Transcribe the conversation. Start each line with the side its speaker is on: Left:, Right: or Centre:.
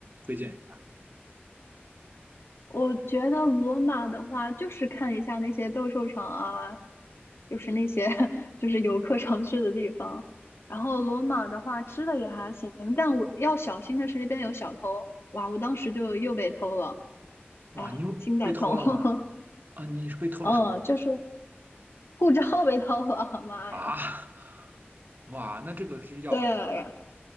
Right: 推荐一下。
Left: 我觉得罗马的话，就是看一下那些斗兽场啊，就是那些 <laughs> 就是游客常去的地方。然后罗马的话，吃的也还行，但我要小心的是那边有小偷，哇，我当时就又被偷了，
Right: 哇，
Left: 哎，
Right: 你又被偷了吗？
Left: 心在痛。<laughs>
Right: 啊，你是被偷了什么东西
Left: 嗯，就是护照被偷了，<laughs> 妈呀！
Right: 啊？啊，<laughs> 哇，那这个是要了命了，
Left: 对，呀。